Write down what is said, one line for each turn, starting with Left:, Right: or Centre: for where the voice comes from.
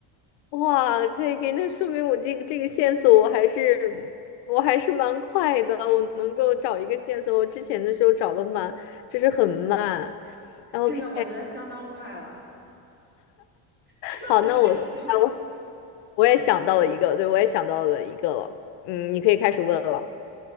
Left: 哇，可以可以，那说明我这个这个线索我还是我还是蛮快的，我能够找一个线索。我之前的时候找的蛮就是很慢。然后
Right: 真的，
Left: OK，
Right: 我觉得相当快了，<laughs> 这个很有成就感。
Left: 好，那我啊我我也想到了一个，对，我也想到了一个了。嗯，你可以开始问了。